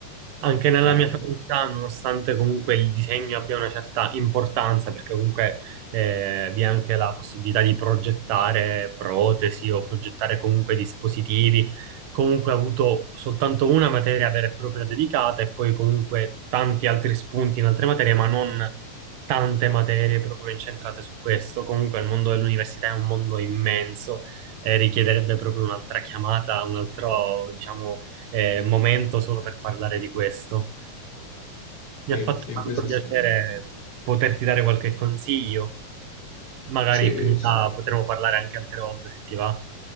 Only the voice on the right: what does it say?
Anche nella
mia facoltà, nonostante comunque il disegno abbia una certa importanza, perché comunque eh, vi è anche la possibilità di progettare protesi o progettare comunque dispositivi, comunque ho avuto soltanto una materia vera e propria dedicata e poi comunque tanti altri spunti in altre materie, ma non tante materie proprio incentrate su questo. Comunque il mondo dell'università è un mondo immenso e richiederebbe proprio un'altra chiamata, un altro, diciamo eh, momento solo per parlare di questo. Mi
ha fatto
tanto
piacere
poterti dare qualche consiglio. Magari
più in là potremo parlare anche altre volte se ti va.